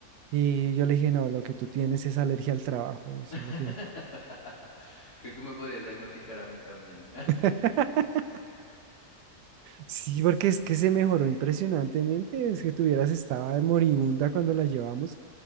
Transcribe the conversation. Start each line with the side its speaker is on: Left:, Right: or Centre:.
Right: y yo le dije, no, lo que tú tienes es alergia al trabajo, eso
Left: <laughs>
Right: es lo que...
Left: Creo que me podrías diagnosticar a mí también.
Right: <laughs> Sí, porque es que se mejoró impresionantemente, es que tuvieras, estaba moribunda cuando la llevamos